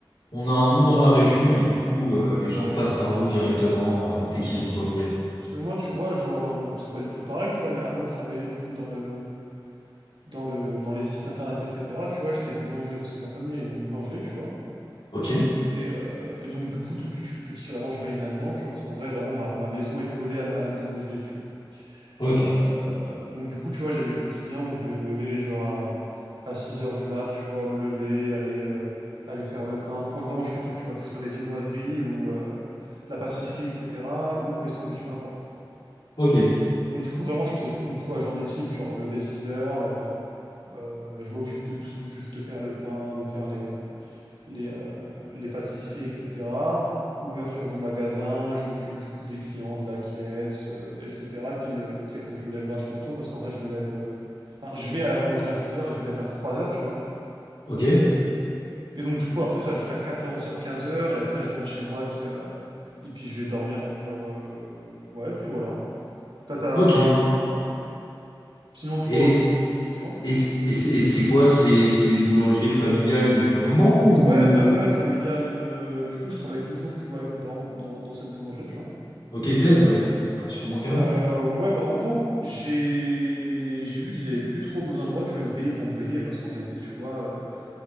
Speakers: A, on the left; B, on the right.
A: on a un nom dans la région et du coup, euh, les gens passent par nous directement euh, dès qu'ils ont besoin de miel.
B: Parce que moi, tu vois, genre, euh, bon, c'est pas du tout pareil, tu vois, mais avant de travailler, du coup, dans le, dans le, dans les sites internet, etc., tu vois, j'étais boulanger, parce que ma famille a une boulangerie, tu vois.
A: Ok,
B: Et, euh, et donc, du coup, depuis que je suis petit, vraiment, je baigne là-dedans, tu vois, parce qu'en vrai, vraiment, ma, ma maison est collée à, ma, à notre boulangerie, tu vois.
A: ok,
B: Euh, donc, du coup, tu vois, j'avais le quotidien où je devais me lever, genre, à, à 6 heures du mat, tu vois, me lever, aller, euh, aller faire le pain. Donc, moi, vraiment, je fais tout, tu vois, que ce soit les viennoiseries ou euh, la pâtisserie, etc., ou les sandwichs, peu importe. hein.
A: ok,
B: Donc du coup, vraiment, je faisais tout. Donc tu vois, journée type, genre lever 6 heures, euh, euh, je m'occupe de tout, du- de faire le pain, de faire les, euh, les, euh, les pâtisseries, etc. Ouverture du magasin, je m'occupe du coup des clients, de la caisse, euh, etc. Puis, euh, tu sais, comme je me lève vachement tôt, parce qu'en vrai, je me lève... euh, Enfin, je vais à la boulangerie à 6 heures et je me lève vers 3 heures, tu vois.
A: ok,
B: Et donc du coup, après ça, jusqu'à quatorze heures quinze heures et après, je rentre chez moi, puis, euh, et puis je vais dormir, genre... euh, Ouais, puis voilà. Tata.
A: ok.
B: Sinon, toi,
A: Et,
B: au niveau... Dis-moi.
A: et, c'est- et c'est et c'est quoi? C'est, c'est une boulangerie familiale depuis un moment ou...
B: Ouais, fa- ouais, familial. euh, du coup, je travaille toujours, tu vois, avec mes parents dans, dans cette boulangerie, tu vois.
A: Ok, Ted, ouais. Un petit peu moins qu'avant.
B: Euh, ouais, bah en gros, j'ai j'ai vu qu'ils avaient plus trop besoin de moi, tu vois, ils me payaient pour me payer, parce qu'en réalité, tu vois, euh,